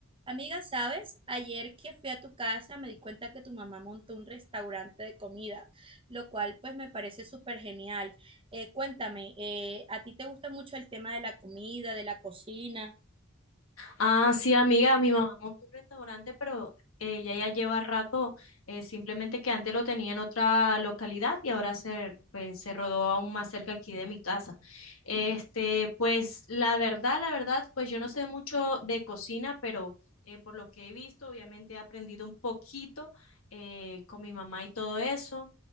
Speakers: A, on the right (about 25°); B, on the left (about 75°).
A: Amiga, ¿sabes? Ayer que fui a tu casa me di cuenta que tu mamá montó un restaurante de comida, lo cual pues me parece súper genial. Eh, cuéntame, eh, ¿a ti te gusta mucho el tema de la comida, de la cocina?
B: Ah, sí, amiga, mi mamá montó un restaurante, pero eh, ella ya lleva rato, eh, simplemente que antes lo tenía en otra localidad y ahora se, pues, se rodó aún más cerca aquí de mi casa. Este, pues la verdad, la verdad, pues yo no sé mucho de cocina, pero eh, por lo que he visto, obviamente he aprendido un poquito eh, con mi mamá y todo eso,